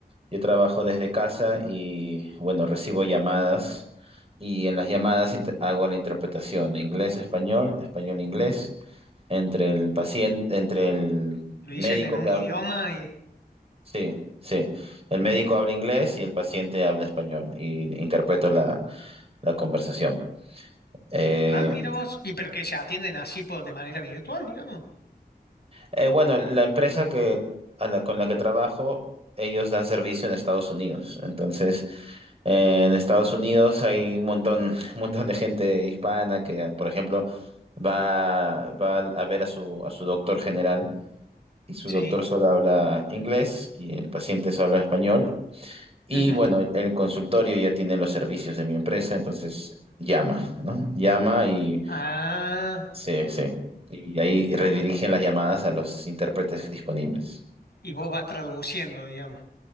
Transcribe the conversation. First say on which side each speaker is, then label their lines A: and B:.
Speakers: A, on the right; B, on the left.
A: yo trabajo desde casa y bueno, recibo llamadas y en las llamadas int- hago la interpretación de inglés a español, español a inglés, entre el paciente, entre el
B: Lo dicen
A: médico
B: en un
A: que,
B: idioma
A: hab-
B: y...
A: Sí, sí. El médico habla inglés y el paciente habla español y interpreto la, la conversación. Eh,
B: Ah, mira vos. Y pero que se atienden así por, de manera virtual, digamos.
A: eh, bueno, la empresa que, a la- con la que trabajo, ellos dan servicio en Estados Unidos. Entonces, eh, en Estados Unidos hay un montón, <laughs> un montón de gente hispana que, por ejemplo, va, va a ver a su, a su doctor general y su
B: Sí.
A: doctor solo habla inglés y el paciente solo habla español Y
B: Ujú.
A: bueno, el, el consultorio ya tiene los servicios de mi empresa, entonces llama, ¿no? Llama y
B: Ah,
A: sí, sí. Y ahí
B: y
A: redirigen
B: vos,
A: las llamadas a los intérpretes disponibles.
B: y vos vas traduciendo, digamos.